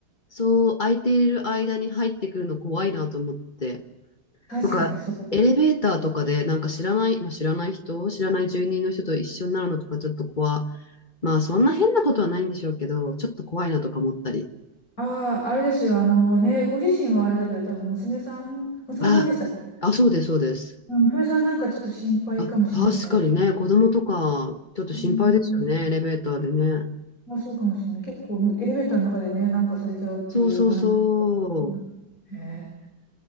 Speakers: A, on the left; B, on the left.
A: そう空いている間に入ってくるの怖いなと思って。
B: 確かにそう。
A: とか、エレベーターとかでなんか知らない、まあ、知らない人、知らない住人の人と一緒になるのとかちょっと怖、まあそんな変なことはないんでしょうけど、ちょっと怖いなとか思ったり。
B: ああ、あれですよ。あのね、ご自身はあれだけど、多分娘さん、娘さんでしたっけ
A: あ、あ、そうです、そうです。
B: うん娘さんなんかちょっと心配かもしれないですね。
A: あ、確かにね、子供とかちょっと心配ですよね、
B: うん、
A: エレベーターでね。
B: まあ、そうかもしれない。結構エレベーターの中でね、なんかされちゃうっていう話を聞きますね。
A: そうそうそ